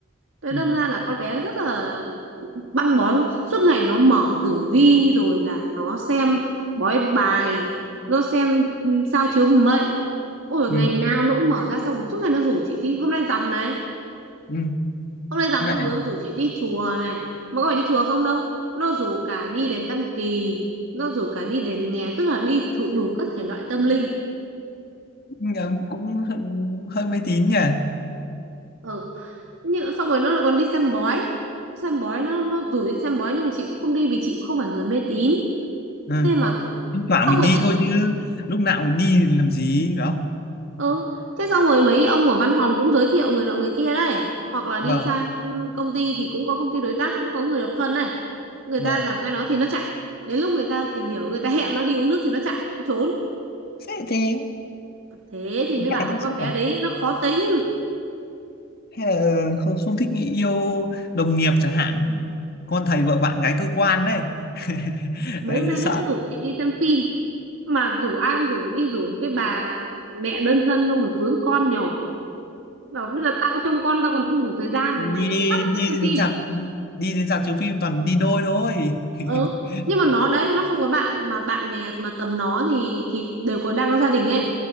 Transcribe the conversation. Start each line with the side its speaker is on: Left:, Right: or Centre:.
Right: Thế
Left: ừ,
Right: đâm ra là con bé rất là băn bó suốt ngày nó mở tử vi rồi là nó xem bói bài, nó xem ừ, sao chiếu mệnh. Ôi
Left: ừ,
Right: ngày nào nó cũng mở ra xong rồi suốt ngày nó rủ chị đi hôm nay rằm này,
Left: ừ.
Right: hôm nay rằm
Left: Thế lại
Right: nó vừa mới rủ chị đi chùa này mà có phải đi chùa không đâu nó rủ cả đi đến Tam Kỳ nó rủ cả đi đến nghè tức là đi thụ đủ các thể loại tâm linh
Left: cũng cũng hơi, hơi mê tín nhỉ
Right: ừ. nhưng xong rồi nó còn đi xem bói xem bói nó nó rủ đi xem bói nhưng mà chị cũng không đi vì chị cũng không phải người mê tín
Left: ừ.
Right: thế mà
Left: thỉnh thoảng
Right: xong
Left: mình đi
Right: rồi nhưng
Left: thôi chứ lúc nào mình đi thì làm gì phải không
Right: ừ. thế xong rồi mấy ông ở văn phòng cũng giới thiệu người nọ người kia đấy hoặc là đi
Left: vâng
Right: sang công ty thì cũng có công ty đối tác cũng có người độc thân này người
Left: vâng
Right: ta làm cái đó thì nó chạy đến lúc người ta tìm hiểu người ta hẹn nó đi uống nước thì nó chạy nó trốn
Left: thế thế
Right: thế thì
Left: ngại
Right: mới bảo cái
Left: tiếp xúc
Right: con bé
Left: à
Right: đấy nó khó tính
Left: hay là không, không thích nghĩ yêu đồng nghiệp chẳng hạn con thầy vợ bạn gái cơ quan đấy <laughs>
Right: mấy
Left: lại
Right: hôm nay
Left: cứ sợ
Right: nó cứ rủ chị đi xem phim mà rủ ai cũng rủ đi rủ một cái bà mẹ đơn thân xong rồi vướng con nhỏ bảo bây giờ tao trông con tao còn không đủ thời gian
Left: Còn
Right: mà mày
Left: đi
Right: lại cứ bắt tao
Left: đi
Right: đi xem phim
Left: đến rạp đi đến rạp chiếu phim toàn đi đôi thôi <laughs>
Right: ừ nhưng mà nó đấy nó không có bạn mà bạn bè mà tầm nó thì thì đều có đang có gia đình ấy